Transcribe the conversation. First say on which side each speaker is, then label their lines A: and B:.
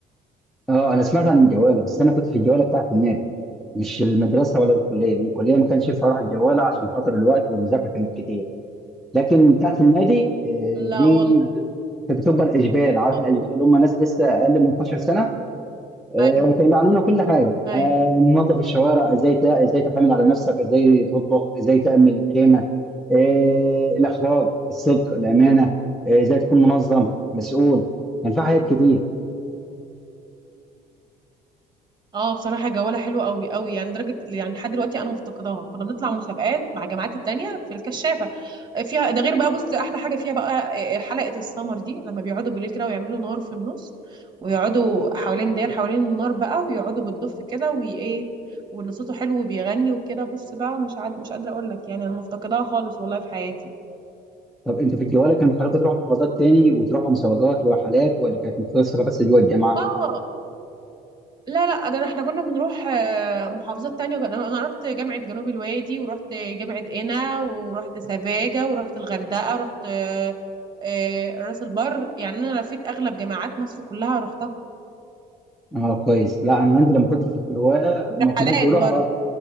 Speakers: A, in the centre; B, on the right.
A: اه انا سمعت عن الجواله بس انا كنت في الجواله بتاعه النادي مش المدرسه ولا الكليه لأن الكليه ما كانش ينفع اروح الجواله عشان خاطر الوقت والمذاكره كانت كتير لكن بتاعت النادي آه،
B: لا
A: دي
B: والله
A: بت- كانت بتبقى الاجبال عارف
B: اه
A: الاجبال اللي هم ناس لسه اقل من 12 سنه آه،
B: ايوه
A: كانوا بيعلمونا كل حاجه
B: ايوه
A: آه، ننظف الشوارع ازاي تع- ازاي تعتمد على نفسك ازاي تطبخ ازاي تعمل خيمه آه، الاخلاق الصدق الامانه آه، ازاي تكون منظم مسؤول كان في حاجات كتير
B: اه بصراحة جوالة حلوة قوي قوي يعني درجة يعني لحد دلوقتي انا مفتقداها كنا بنطلع مسابقات مع الجامعات التانية في الكشافة فيها ده غير بقى بص احلى حاجة فيها بقى آه، حلقة السمر دي لما بيقعدوا بالليل كده ويعملوا نار في النص ويقعدوا حوالين داير حوالين النار بقى ويقعدوا بالدف كده وايه واللي صوته حلو وبيغني وكده بص بقى مش عاد مش قادرة اقول لك يعني انا مفتقداها خالص والله في حياتي
A: طب انتوا في الجواله كانوا بيخلوكوا تروحوا محافظات تاني وتروحوا مسابقات ورحلات ولا كانت مقتصره بس جوه الجامعه؟
B: اه لا لا ده احنا كنا بنروح آه، محافظات تانية وكان- انا أنا رحت جامعة جنوب الوادي ورحت جامعة قنا ورحت سفاجة ورحت الغردقة رحت آه، آه، راس البر يعني انا لفيت اغلب جامعات مصر كلها رحتها
A: اه كويس لا انا عندي لما كنت في الجواله
B: ورحلات
A: ما كناش بنروح
B: برضه
A: غير